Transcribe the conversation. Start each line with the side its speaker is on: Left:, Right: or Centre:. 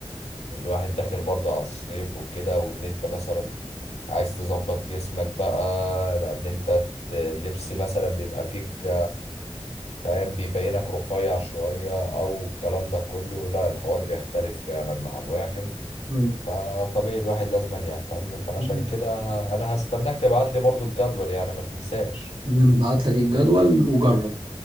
Left: الواحد داخل برضه على الصيف وكده وان انت مثلا عايز تظبط جسمك بقى لان انت ت- اللبس مثلا بيبقى فيك فاهم بيبينك رفيع شوية او الكلام ده كله لا الحوار بيختلف فعلا مع الواحد
Right: طيب
Left: فطبيعي الواحد لازم يهتم فعشان
Right: تمام.
Left: كده انا هستناك تبعت لي برضو الجدول يعني ما تنساش
Right: أنا هبعت لك الجدول وجرب